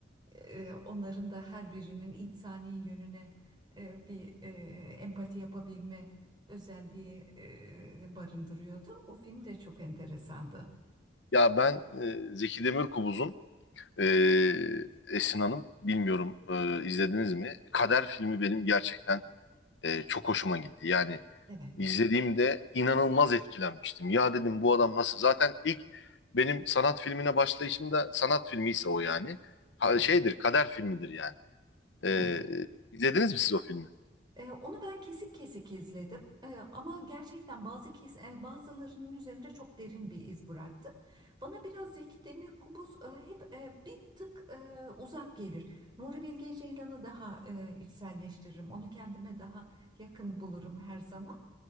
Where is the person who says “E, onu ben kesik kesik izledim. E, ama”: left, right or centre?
Right